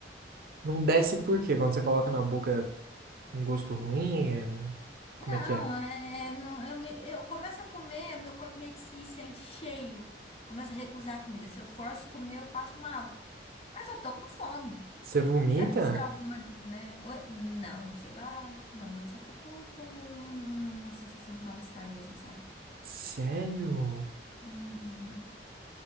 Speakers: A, on the right; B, on the left.
A: Não desce por quê? Quando você coloca na boca Um gosto ruim? É...
B: Não,
A: Como é que é?
B: é, é, não, eu, me- eu começo a comer, meu corpo meio que se sente cheio, começa a recusar a comida. Se eu forço comer, eu passo mal. Mas eu tô com fome.
A: Você vomita?
B: Deve ser alguma, né? Oi- Não, não chega. Ah, não, eu só fico com uma sensação de mal-estar mesmo, sabe?
A: Sério?
B: Uhum.